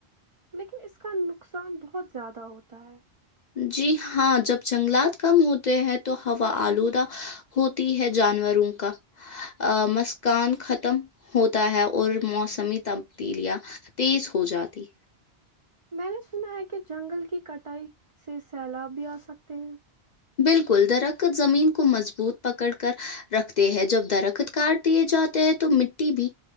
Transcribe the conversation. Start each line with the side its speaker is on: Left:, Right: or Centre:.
Right: لیکن اس کا نقصان بہت زیادہ ہوتا ہے
Left: جی ہاں جب جنگلات کم ہوتے ہیں تو ہوا آلودہ ہوتی ہے جانوروں کا مسکان ختم ہوتا ہے اور موسمی تبدیلیاں تیز ہو جاتی
Right: میں نے سنا ہے کہ جنگل کی کٹائی سے سیلاب بھی آ سکتے ہیں
Left: بالکل درخت زمین کو مضبوط پکڑ کر رکھتے ہے جب درخت کاٹ دیے جاتے ہیں تو مٹی بھی